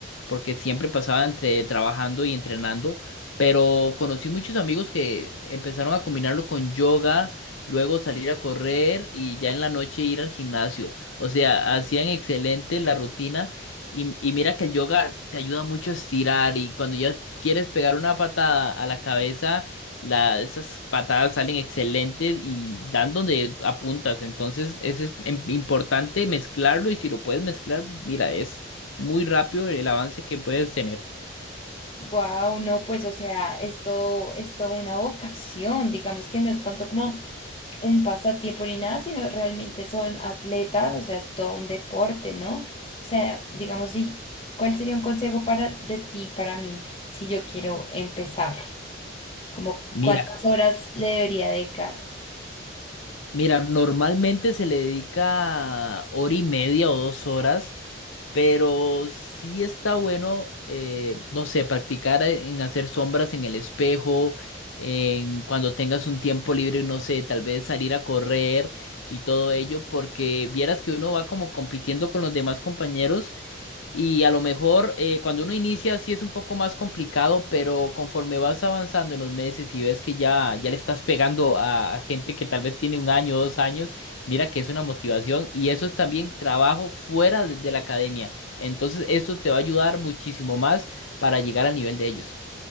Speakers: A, on the left (about 85°); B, on the left (about 30°).
A: porque siempre pasaba entre trabajando y entrenando, pero conocí muchos amigos que empezaron a combinarlo con yoga, luego salir a correr y ya en la noche ir al gimnasio. O sea, hacían excelente la rutina y, y mira que el yoga te ayuda mucho a estirar y cuando ya quieres pegar una patada a la cabeza, la, esas patadas salen excelentes y dan donde apuntas. Entonces, eso es em- importante mezclarlo y si lo puedes mezclar, mira, es muy rápido el avance que puedes tener.
B: Guau, no, pues, o sea, es todo, es todo una vocación, digamos que no es tanto como un pasatiempo ni nada, sino realmente son atletas, o sea, es todo un deporte, ¿no? O sea, digamos, si, ¿cuál sería un consejo para de ti, para mí, si yo quiero empezar? Como
A: Mira,
B: cuántas horas le debería dedicar.
A: mira, normalmente se le dedica hora y media o dos horas, pero sí está bueno, eh, no sé, practicar en hacer sombras en el espejo, en cuando tengas un tiempo libre, no sé, tal vez salir a correr y todo ello, porque vieras que uno va como compitiendo con los demás compañeros. Y a lo mejor eh, cuando uno inicia sí es un poco más complicado, pero conforme vas avanzando en los meses y ves que ya, ya le estás pegando a, a gente que tal vez tiene un año, dos años, mira que es una motivación y eso es también trabajo fuera de, de la academia. Entonces esto te va a ayudar muchísimo más para llegar al nivel de ellos.